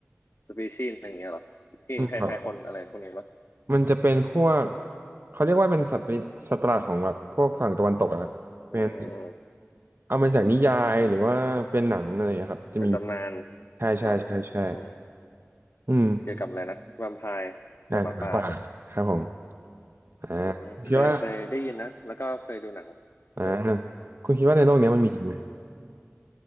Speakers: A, on the left; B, on the right.
A: สปีชีส์หนึ่งอย่างเงี้ยเหรอที่คล้ายๆคนอะไรพวกนี้ปะ
B: อืมครับมันจะเป็นพวกเขาเรียกว่าเป็นสัตว์ประสัตว์ประหลาดของแบบพวกฝั่งตะวันตกอะครับเป็น
A: อืม
B: เอามาจากนิยายหรือว่าเป็นหนังอะไรนะครับจะมี
A: เป็นตำนาน
B: ใช่ใช่ใช่ใช่
A: เหรออืม
B: อืม
A: เกี่ยวกับอะไรนะแวมไพร์กับหมาป่าเหรอ
B: อ่าหมาป่าครับผมอ่า
A: อืมเคยเคยได้ยินนะแล้วก็เคยดูหนัง
B: คิดว่าอ่า
A: เดี๋ยว
B: คุณคิดว่าในโลกเนี้ยมันมีจริงไหม
A: อืม